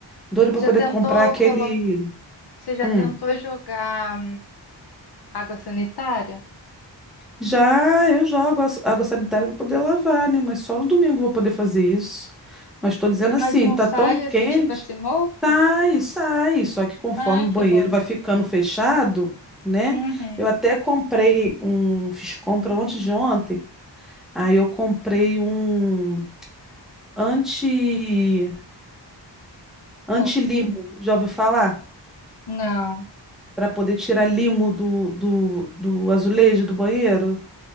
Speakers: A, in the centre; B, on the left.
A: doido pra
B: já
A: poder
B: tentou
A: comprar aquele.
B: colocar? Você já
A: Hum.
B: tentou jogar água sanitária?
A: Já eu jogo as- água sanitária para poder lavar, né? Mas só no domingo eu vou poder fazer isso. Mas estou dizendo assim,
B: Mas não
A: tá
B: sai
A: tão
B: esse
A: quente,
B: tipo assim, mofo?
A: sai, sai. Só que conforme
B: Ah,
A: o banheiro
B: que bom.
A: vai ficando fechado, né?
B: Uhum.
A: Eu até comprei um, fiz compra ontem de ontem. Aí eu comprei um anti anti-limo,
B: Mofo.
A: já ouviu falar?
B: Não.
A: Para poder tirar limo do, do, do azulejo do banheiro.